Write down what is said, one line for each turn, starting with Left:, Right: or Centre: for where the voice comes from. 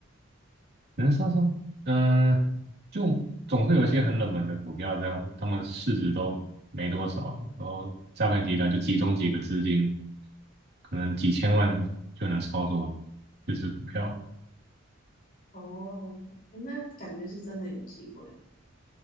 Right: 人上升。嗯、就总会有一些很冷门的股票这样，他们市值都没多少，然后诈骗集团就集中几个资金，可能几千万就能操作这只股票。
Left: 哦。诶那感觉是真的有机会，